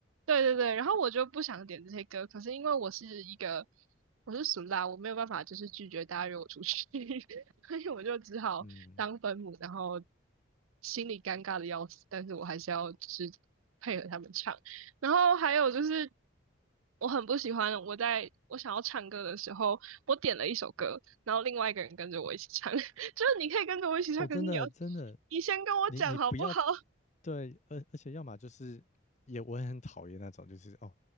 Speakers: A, on the right (about 85°); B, on the left (about 35°).
A: 对对对，然后我就不想点这些歌，可是因为我是一个我是俗啦，我没有办法就是拒绝大家约我出去，<laughs> 所以我就只好当分母，
B: 嗯，
A: 然后心里尴尬的要死，但是我还是要就是配合他们唱。然后还有就是我很不喜欢我在我想要唱歌的时候，我点了一首歌，然后另外一个人跟着我一起唱，<laughs> 就是你可以跟着我一起唱，
B: 哦，
A: 可是你要
B: 真的真的，
A: 你先跟我讲好不好？
B: 你你不要
A: <laughs>
B: 对，而而且要么就是也我也很讨厌那种，就是哦，